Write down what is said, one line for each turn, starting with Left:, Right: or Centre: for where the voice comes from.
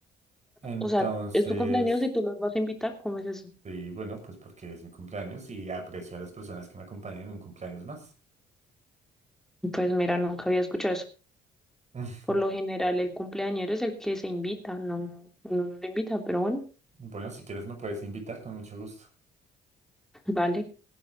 Right: Entonces,
Centre: O sea, es tu cumpleaños y tú los vas a invitar, ¿cómo es eso?
Right: sí, bueno, pues porque es mi cumpleaños y aprecio a las personas que me acompañan en un cumpleaños más.
Centre: Pues mira, nunca había escuchado eso.
Right: <laughs>
Centre: Por lo general, el cumpleañero es el que se invita, no, uno no lo invita, pero bueno,
Right: Bueno, si quieres me puedes invitar con mucho gusto.
Centre: vale,